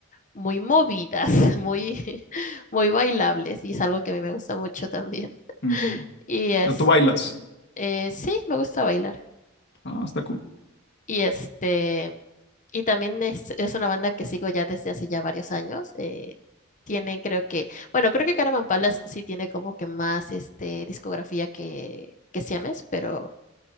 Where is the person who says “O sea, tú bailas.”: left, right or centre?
Left